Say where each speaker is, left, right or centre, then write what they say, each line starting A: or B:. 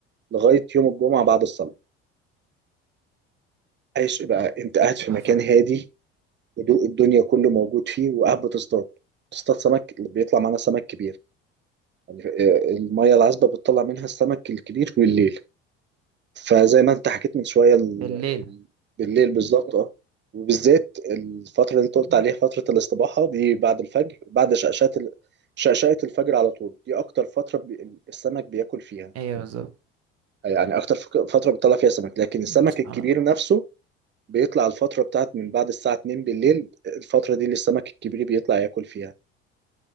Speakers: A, on the right; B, on the right.
A: لغايه يوم الجمعه بعد الصلاه عايش بقى انت قاعد في
B: تحفة
A: مكان هادي هدوء الدنيا كله موجود فيه وقاعد بتصطاد تصطاد سمك اللي بيطلع معانا سمك كبير يعني آه، المية العذبة بتطلع منها السمك الكبير بالليل فزي ما انت حكيت من شوية ال...
B: بالليل
A: ال... بالليل بالظبط اه وبالذات الفترة اللي انت قلت
B: أيوه
A: عليها فترة الاستباحة دي بعد الفجر بعد شقشقة ال... شقشقة الفجر على طول دي أكتر فترة بي... السمك بياكل فيها
B: أيوه بالظبط
A: يعني أكتر فك- فترة بيطلع فيها سمك لكن السمك
B: مم، سبحان
A: الكبير
B: الله
A: نفسه بيطلع الفترة بتاعت من بعد الساعة 2 بالليل الفترة دي اللي السمك الكبير بيطلع ياكل فيها